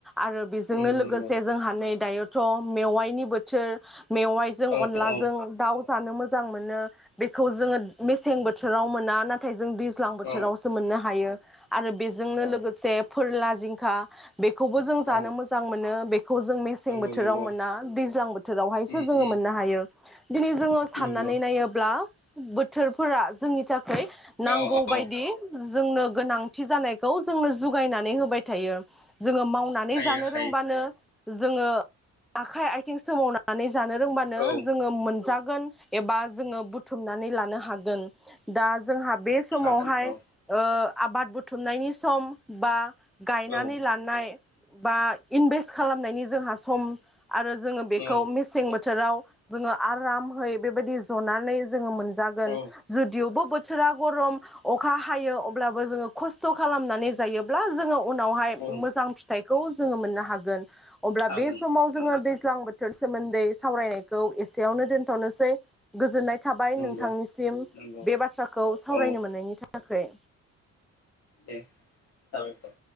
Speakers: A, in the centre; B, on the left (about 60°).
A: आरो बेजोंनो
B: नंगौ
A: लोगोसे
B: नंगौ
A: जोंहा नै दायोथ' मेवाइनि बोथोर मेवाइजों
B: औ
A: अनलाजों
B: औ
A: दाउ जानो मोजांमोनो बेखौ जोंङो मेसें बोथोराव मोना नाथाय जों दैज्ल ज्लां
B: औ
A: बोथोरावसो मोननो हायो। आरो बेजोंनो
B: औ
A: लोगोसे फोरला जिंखा बेखौबो जों
B: औ
A: जानो मोजां मोनो बे खौ जों मेसें
B: नंगौ
A: बोथोराव
B: नंगौ
A: मोना दैज्लां बोथोरावहायसो
B: उम
A: जोङो
B: उम
A: मोननो हायो दिनै जोङो साननानै
B: नंगौ
A: नायोब्ला बोथोरफोरा जोंनि था खै नांगौ
B: औ
A: बायदि
B: औ
A: जोंनो गोनांथि जानायखौ जोंनो जुगायनानै होबाय थायो जों मावनानै
B: हायो
A: जानो
B: हायो
A: रोंबानो जोङो आखाइ आथिं सोमावनानै जानो रोंबानो
B: औ
A: जोङो मोनजा गोन एबा जों बुथुमनानै लानो हागोन दा जोंहा बे समावहाय
B: हागोन औ
A: ओ आबाद बुथुमनायनि सम बा गायनानै
B: औ
A: लानाय बा इनभेस्ट खालामनायनि जोंहा सम आरो जोङो बेखौ
B: औ
A: मेसें बोथोराव जोङो आरामहै बेबायदि जनानै जों मोनजागोन
B: औ
A: जुदिअबो बोथोरा गरम अखा हायो अब्लाबो जोङो खस्थ खालामनानै जायोब्ला जोङो उनावहाय
B: औ
A: मोजां बेखौ जों मोननो हागोन अब्ला
B: हागोन
A: बे समाव जोङो
B: औ
A: दैज्लां बोथोर सोमोन्दै सावरायनायखौ एसेयावनो दोनथनोसै गोजोननाय थाबाय
B: नंगौ
A: नोंथांनिसिम
B: नंगौ
A: बे बाथ्राखौ सावरायनो
B: औ
A: मोननायनि थाखाय। थाखै।
B: दे साबायखर।